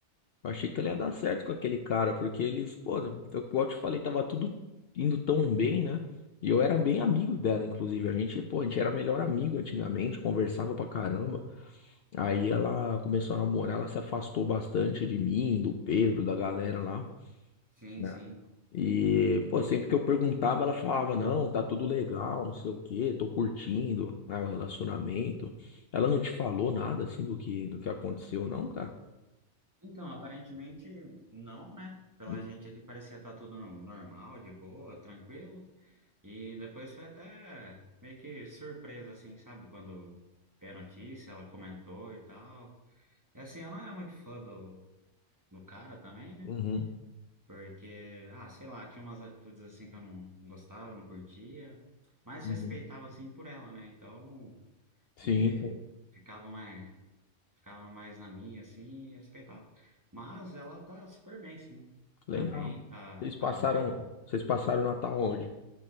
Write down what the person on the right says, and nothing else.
Sim,
sim.
Então, aparentemente não, né? Pela
gente aqui parecia estar tudo normal, de boa, tranquilo. E depois foi até meio que surpresa, assim, sabe? Quando veio a notícia, ela comentou e tal. E assim, eu não era muito fã do, do cara também, né?
Porque, ah, sei lá, tinha umas atitudes assim que eu não não gostava, não curtia. Mas
respeitava, assim, por ela, né? Então,
a gente
ficava mais, ficava mais na minha, assim, e respeitava. Mas ela tá super bem, sim.
Tá bem, tá,
tá
vivendo.